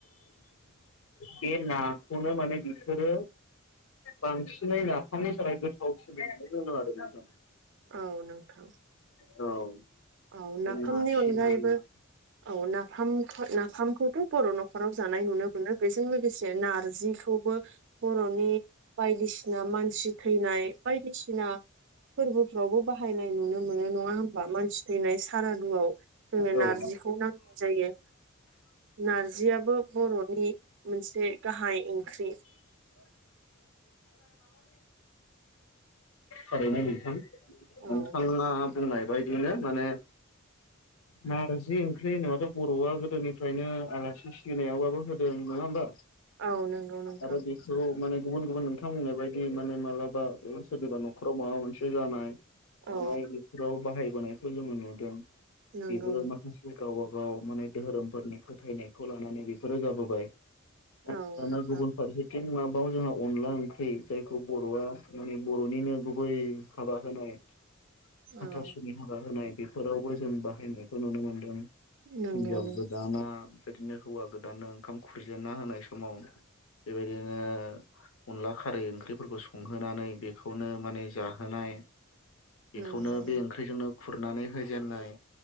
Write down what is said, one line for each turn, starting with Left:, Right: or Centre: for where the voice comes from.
Left: बे नाखौनो माने बिसोरो बांसिनै नाफामनि थाखाय गोथावसिन होननानै बुंदों आरो नोंथां।
Right: औ नोंथां
Left: औ
Right: औ नाफामनि
Left: बे नासिना
Right: अनगायैबो
Left: ना
Right: औ नाफाम नाफामखौथ' बर' न'खराव जानाय नुनो मोनो बेजों लोगोसे नारजिखौबो बर'नि बायदिसिना मानसि थैनाय बायदिसिना फोरबोफ्रावबो बाहायनाय नु मोनो नङा होमबा मानसि थैनाय सारादुआव जोङो नारजिखौ
Left: औ
Right: नांगौ जायो नारजियाबो बर'नि मोनसे गाहाय ओंख्रि
Left: थारैनो नोंथां नोंथाङा
Right: औ
Left: बुंनाय बायदिनो माने नारजि ओंख्रि होनोबाथ' बर'आ गोदोनिफ्रायनो आलासि सिबिनायावबाबो होदों नङा होमबा
Right: औ नंगौ नोंथां
Left: आरो बेखौ माने गुबुन गुबुन नोंथां बुंनाय बायदि माने मालाबा ओ सोरनिबा न'खराव माबा मोनसे जानाय मानाय
Right: औ
Left: बेफोराव बाहायबोनायखौ जोङो नुदों
Right: नंगौ
Left: बेबो
Right: नों
Left: माखासे गावब गाव माने धोरोमफोरनि फोथायनायखौ लानानै बेफोरो जाबोबाय दाना
Right: औ नोंथां
Left: गुबुन फारसथिं मा बाव जोंहा अनला ओंख्रि जायखौ बर'आ माने बर'निनो गुबै हाबा होनाय हाथासुनि
Right: औ
Left: हाबा होनाय बेफोरावबो जों बाहायनायखौ नुनो मोनदों
Right: नंगौ
Left: हिनजाव
Right: नों
Left: गोदाना बिदिनो हौवा गोदाना ओंखाम खुरजेन्ना होनाय समावनो बेबायदिनो अनला खारै ओंख्रिफोरखौ संहोनानै बेखौनो माने जाहोनाय <unintelligible> बेखौनो
Right: नंगौ
Left: बे
Right: नों
Left: ओंख्रिजोंनो खुरनानै होजेनन्नाय